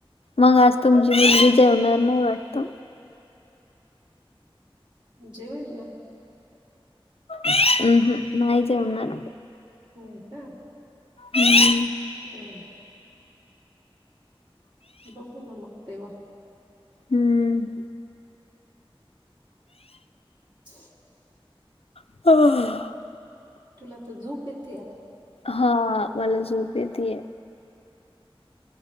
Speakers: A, on the left; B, on the right.
A: मग आज तुमची मुलगी जेवणार नाही वाटत.
B: जेवल ना.
A: हम् हम नाही जेवणार.
B: नाहीय का.
A: हम्म.
B: हम्म. बघू न मग तेव्हा.
A: हम्म.
B: हो.
A: आ
B: तुला तर झोप येते आता.
A: हा मला झोप येते.